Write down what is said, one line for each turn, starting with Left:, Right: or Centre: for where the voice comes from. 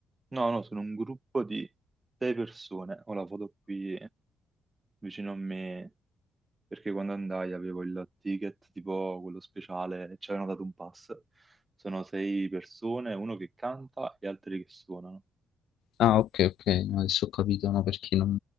Right: No, no, sono un gruppo di sei persone. Ora vado qui vicino a me perché quando andai avevo il ticket tipo quello speciale e ci avevano dato un pass. Sono sei persone, uno che canta e altri che suonano.
Left: Ah, ok, ok, no, adesso ho capito, no, perché non,